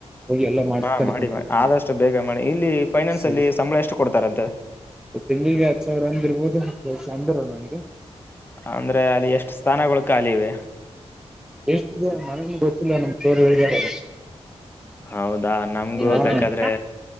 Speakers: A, in the centre; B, on the left.
A: ಹೋಗಿ ಎಲ್ಲ ಮಾಡತು
B: ಹಾ ಮಾಡಿ
A: ಕಂಪ್ಯೂ
B: ಮಾಡಿ ಆದಷ್ಟು ಬೇಗ ಮಾಡಿ ಇಲ್ಲಿ ಫೈನಾನ್ಸ್
A: ಸರಿ
B: ಅಲ್ಲಿ ಸಂಬಳ ಎಷ್ಟು ಕೊಡ್ತಾರಂತೆ
A: ತಿಂಳಿಗೆ ಹತ್ ಸಾವಿರ ಅಂದ ಇರ್ಬೋದು ಬಸ ಅಂದ ನನ್ಗೆ
B: ಅಂದ್ರೆ ಅಲ್ಲಿ ಎಷ್ಟು ಸ್ಥಾನಗಳು ಕಾಲ ಇವೆ
A: ಎಷ್ಟಿದೆ ಮನನ್ ಗೊತ್ತಿಲ್ಲ ನಮ್ ಸೋರು ಹೇಳಿದ್ದಾರೆ
B: ಹೌದಾ ನಮ್ಗೂ
A: ಹಾ
B: ಬೇಕಾದ್ರೆ